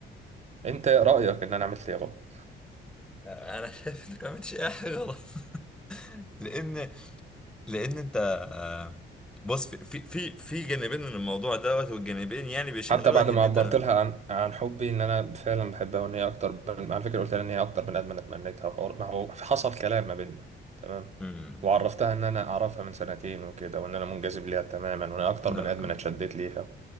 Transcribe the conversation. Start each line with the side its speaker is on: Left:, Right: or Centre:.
Right: انت ايه رأيك ان انا عملت ايه غلط
Centre: آه، انا شايف انك ما عملتش اي حاجه غلط <laughs> لان لان انت آه، بص في في في في جانبين من الموضوع دوت والجانبين يعني بيشهدوا
Right: حتى بعد
Centre: لك
Right: ما
Centre: ان انت
Right: عبرت لها عن عن حبي ان انا فعلا بحبها وان هي اكتر بن... على فكرة قلت لها ان هي اكتر بني ادم انا اتمنيتها وحوار- ما هو حصل كلام ما بيننا تمام
Centre: مم.
Right: وعرفتها ان انا اعرفها من سنتين وكده وان انا منجذب ليها تماما وان هي اكتر
Centre: لا
Right: بني ادم انا اتشدت ليها